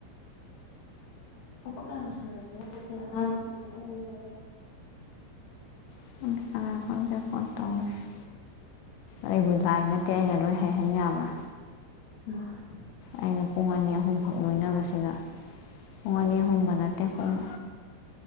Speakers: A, on the left; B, on the left.
A: ꯊꯕꯛ ꯌꯥꯝ ꯆꯤꯟꯕꯁꯨ ꯅꯠꯇꯦ ꯑꯉꯥꯡꯗꯨꯕꯨꯗ ꯈꯨꯇꯪꯗꯤ
B: <unintelligible> ꯑꯩꯕꯨ ꯂꯥꯏ ꯅꯠꯇꯦ ꯑꯩꯅ ꯂꯣꯏ ꯍꯩꯍꯟ ꯌꯥꯕ꯭ꯔꯥ
A: ꯃꯥꯅꯤ
B: ꯑꯩꯅ ꯄꯨꯡ ꯑꯅꯤ ꯑꯍꯨꯝꯈꯛ ꯂꯣꯏꯅꯕꯁꯤꯗ ꯄꯨꯡ ꯑꯅꯤ ꯑꯍꯨꯝꯕ ꯅꯠꯇꯦ ꯄꯨꯡ